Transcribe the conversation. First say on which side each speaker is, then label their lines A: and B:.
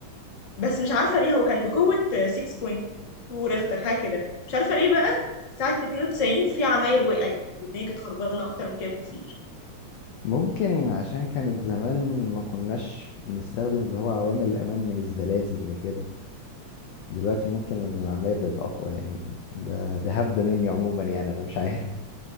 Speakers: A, on the left; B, on the left.
A: بس مش عارفه ليه هو كان بقوه 6.2 ريختر حاجه كده مش عارفه ليه بقى ساعه 92 في عماير وقعت والدنيا كانت خربانه اكتر من كده بكتير
B: ممكن عشان كانت زمان ما كناش بنستخدم اللي هو عوامل الامان من الزلازل وكده دلوقتي ممكن العماير بقت اقوى يعني ده ده هبدة مني عموما يعني انا مش عارف